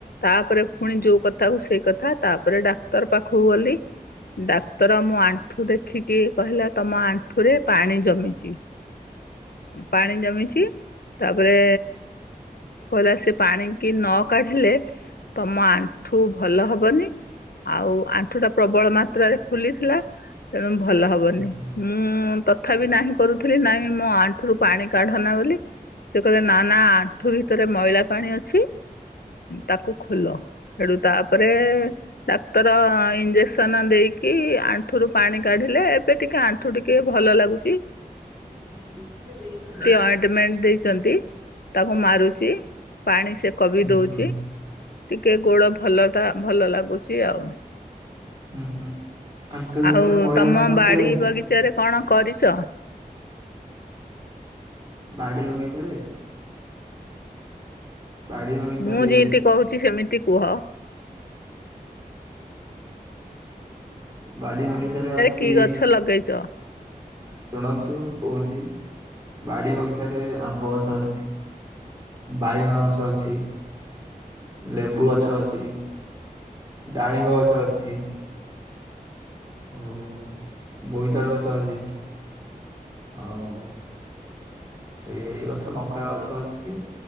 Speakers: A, on the left; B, on the right.
A: ତାପରେ ପୁଣି ଯୋଉ କଥା ହ ସେଇ କଥା ତାପରେ ଡାକ୍ତର ପାଖକୁ ଗଲି। ଡାକ୍ତର ମୁଁ ଆଣ୍ଠୁ ଦେଖିକି କହିଲା ତମ ଆଣ୍ଠୁ ପାଣି ଜମିଚି ପାଣି ଜମିଚି ତାପରେ କହିଲା ସେ ପାଣିକି ନ କାଢ଼ିଲେ ମୋ ଆଣ୍ଠୁ ଭଲ ହବନି। ଆଉ ଆଣ୍ଠୁ ଟା ପ୍ରବଳ ମାତ୍ରାରେ ଫୁଲିଥିଲା, ତେଣୁ ଭଲ ହବନି।
B: ଉୁଁ
A: ମୁଁ ତଥାପି ନାହିଁ କରୁଥିଲି ନାହିଁ ମୋ ଆଣ୍ଠୁରୁ ପାଣି କାଢନା ବୋଲି। ସେ କହିଲେ ନା ନା ଆଣ୍ଠୁ ଭିତରେ ମଇଳା ପାଣି ଅଛି, ତାକୁ ଖ ତାପରେ ଡାକ୍ତର ଇଞ୍ଜେସନ ଦେଇ କି ଆଣ୍ଠୁ ର ପାଣି କାଢିଲେ ଏବେ ଟିକେ ଆଣ୍ଠୁ ଟିକେ ଭଲ ଲାଗୁଚି।
B: <unintelligible>
A: ଅଏଣ୍ଟମେଣ୍ଟ
B: ହୁଁ
A: ଦେଇଛନ୍ତି ତାକୁ ମାରୁଛି
B: ହ।
A: ପାଣି ସେକ ବି ଦଉଛି ଟିକେ ଗୋଡ ଭଲ ଟା ଭଲ ଲାଗୁଚି ଆଉ।
B: ଉୁଁ ହୁଁ ଆଣ୍ଠୁ ଭିତରେ
A: ଆଉ
B: ମହିଳା
A: ତମ
B: ପାଣି ବସିଲ
A: ବାଡି
B: କେମିତି?
A: <unintelligible> କଣ କରିଚ?
B: ବାଡି ବଗିଚାରେ ରେ? ବାଡି ବଗିଚାରେ
A: ମୁଁ ଯେମତି କହୁଚି ସେମିତି କୁହ।
B: ବାଡି ବଗିଚାରେ ଅଛି
A: କି ଗଛ ଲଗେଇଛ?
B: ଶୁଣନ୍ତୁ କୋହୁଚି ବାଡି ବଗିଚାରେ ଆମ୍ବ ଗଛ ଅଛି। ବାଇଗଣ ଗଛ ଅଛି। ଲେମ୍ବୁ ଗଛ ଅଛି, ଡାଳିଙ୍ଗ ଗଛ ଅଛି। ଓ ବୋଇତାଳୁ ଗଛ ଅଛି। ଆଉ ଏଇଇ ଗଛ ଲଙ୍କା ଗଛ ଅଛି।